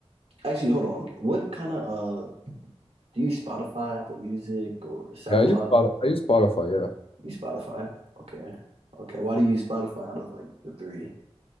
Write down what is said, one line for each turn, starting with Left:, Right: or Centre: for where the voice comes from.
Right: actually hold on. What kind of uh do you Spotify, Apple Music or SoundCloud?
Left: Yeah, I use Spotify. I use Spotify, yeah.
Right: You Spotify? Okay. Okay. Why do you use Spotify out of like the three?